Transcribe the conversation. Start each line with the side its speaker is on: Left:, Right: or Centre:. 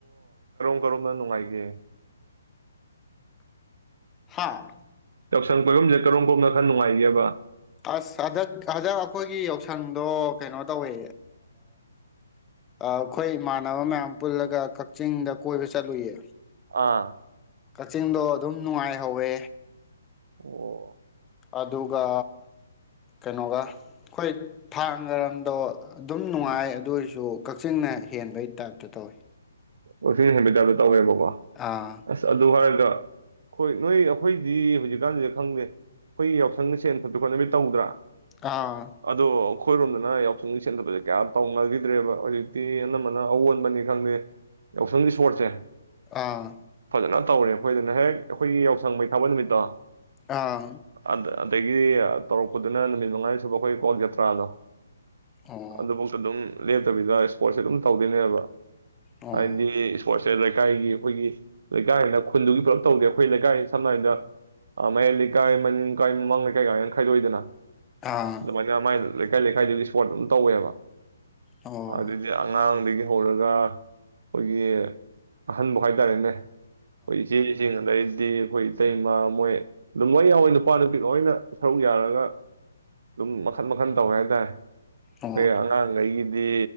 Right: ꯅꯨꯡꯉ ꯒꯦ ꯎ
Left: ꯍꯥꯥ
Right: ꯌꯥꯎꯁꯪ ꯄꯣꯏꯐꯝꯁꯦ ꯀꯔꯝ ꯀꯣꯅ ꯈꯔ ꯅꯨꯡꯉꯥꯏꯒꯦꯕ
Left: ꯑꯁ ꯍꯟꯗꯛ ꯍꯟꯗꯛ ꯑꯩꯈꯣꯏꯒꯤ ꯌꯥꯎꯁꯪꯗꯣ ꯀꯩꯅꯣ ꯇꯧꯋꯦ ꯑꯩꯈꯣꯏ ꯏꯃꯥꯟꯅꯕ ꯃꯌꯥꯝ ꯄꯨꯜꯂꯒ ꯀꯛꯆꯤꯡꯗ ꯀꯣꯏꯕ ꯆꯠꯂꯨꯌꯦ
Right: ꯑꯥ
Left: ꯀꯛꯆꯤꯡꯗꯣ ꯑꯗꯨꯝ ꯅꯨꯡꯉꯥꯏꯍꯧꯋꯦ꯫
Right: ꯑꯣ꯫
Left: ꯑꯗꯨꯒ ꯀꯩꯅꯣꯒ ꯈꯣꯏ ꯊꯥꯡꯒ ꯔꯣꯝꯗꯣ ꯑꯗꯨꯝ ꯅꯨꯡꯉꯥꯏ ꯑꯗꯨ ꯑꯣꯏꯔꯁꯨ ꯀꯛꯆꯤꯡꯅ ꯍꯦꯟꯕꯩ ꯇꯥꯏꯞꯇ ꯇꯧꯋꯤ꯫
Right: ꯀꯛꯆꯤꯡ ꯍꯦꯟꯕꯩ ꯇꯥꯏꯄꯇꯥ ꯇꯧꯋꯦꯕꯣ꯫ ꯀ
Left: ꯑꯥ
Right: ꯑꯁ ꯑꯗꯨ ꯍꯥꯏꯔꯒ ꯍꯣꯏ ꯅꯣꯏ ꯑꯩꯈꯣꯏꯗꯤ ꯍꯧꯖꯤꯛꯀꯥꯟꯁꯤꯗ ꯈꯪꯗꯦ ꯑꯩꯈꯣꯏ ꯌꯥꯎꯁꯪ ꯁꯦꯟ ꯊꯁꯨ ꯈꯣꯠꯅꯕꯤ ꯇꯧꯗ꯭ꯔꯥ
Left: ꯑꯥ
Right: ꯑꯗꯣ ꯑꯩꯈꯣꯏꯔꯣꯝꯗꯅ ꯌꯥꯎꯁꯪ ꯁꯦꯟꯗꯕꯁꯦ ꯀꯌꯥ ꯇꯧ ꯅꯈꯤꯗ꯭ꯔꯦꯕ ꯍꯧꯖꯤꯛꯇꯤ ꯑꯅꯝꯕꯅ ꯑꯑꯣꯟꯕꯅꯤ ꯈꯪꯗꯦ ꯌꯥꯎꯁꯪꯒꯤ ꯁꯄꯣꯔꯠꯁꯦ
Left: ꯑꯥ꯫
Right: ꯐꯖꯅ ꯇꯧꯔꯦ ꯑꯩꯈꯣꯏꯗꯅ ꯍꯦꯛ ꯑꯩꯈꯣꯏꯒꯤ ꯌꯥꯎꯁꯪ ꯃꯩ ꯊꯥꯕ ꯅꯨꯃꯤꯠꯇꯣ
Left: ꯑꯥ꯫
Right: ꯑꯗ ꯑꯗꯒꯤ ꯇꯧꯔꯛꯄꯗꯨꯅ ꯅꯨꯃꯤꯠ ꯃꯉꯥꯅꯤ ꯁꯨꯕ ꯑꯩꯈꯣꯏ ꯀꯋ꯭ꯥꯛ ꯖꯇ꯭ꯔꯥꯗꯣ
Left: ꯑꯣ
Right: ꯑꯗꯨꯕꯥꯛ ꯇꯥ ꯑꯗꯨꯝ ꯂꯦꯞꯇꯕꯤꯗ ꯏꯁꯄꯣꯔꯠꯁꯦ ꯑꯗꯨꯝ ꯇꯧꯗꯣꯏꯅꯦꯕ꯫
Left: ꯑꯣ
Right: ꯍꯥꯏꯗꯤ ꯏꯁꯄꯣꯔꯠ ꯁꯦ ꯂꯩꯀꯥꯏꯒꯤ ꯑꯩꯈꯣꯏꯒꯤ ꯂꯩꯀꯥꯏꯅ ꯈꯨꯟꯗꯨꯒꯤ ꯄꯨꯂꯞ ꯇꯧꯗꯦ ꯑꯩꯈꯣꯏ ꯂꯩꯀꯥꯏ ꯁꯝꯅ ꯍꯥꯏꯗ ꯃꯌꯥꯏ ꯂꯩꯀꯥꯏ ꯃꯅꯤꯡꯀꯥꯏ ꯃꯃꯥꯡ ꯂꯩꯀꯥꯏ ꯀꯥꯏꯅ ꯈꯥꯏꯗꯣꯛꯏꯗꯅ
Left: ꯑꯥ
Right: ꯑꯗꯨꯃꯥꯏꯅꯥ ꯃꯥꯏ ꯂꯩꯀꯥꯏ- ꯂꯩꯀꯥꯏꯗꯨꯒꯤ ꯏꯁꯄꯣꯔꯠ ꯑꯗꯨꯝ ꯇꯧꯋꯦꯕ
Left: ꯑꯣ ꯑꯣ
Right: ꯑꯗꯤ ꯑꯉꯥꯡ ꯍꯧꯔꯒ ꯑꯩꯈꯣꯏꯒꯤ ꯑꯍꯟꯕ ꯍꯥꯏꯇꯥꯔꯦꯅꯦ <unintelligible> ꯗꯤ ꯑꯩꯈꯣꯏ ꯏꯇꯩꯃꯥ ꯃꯣꯏ ꯑꯗꯨꯝ ꯂꯣꯏ ꯌꯥꯎꯋꯦ ꯅꯨꯄꯥ- ꯅꯨꯄꯤ ꯂꯣꯏꯅ ꯁꯔꯨꯛ ꯌꯥꯔꯒ ꯑꯗꯨꯝ ꯃꯈꯟ- ꯃꯈꯟ ꯇꯧꯋꯦ ꯍꯥꯏꯇꯥꯔꯦ꯫ ꯑꯩꯈꯣꯏ
Left: ꯑꯣ
Right: ꯑꯉꯥꯡꯈꯩꯒꯤꯗꯤ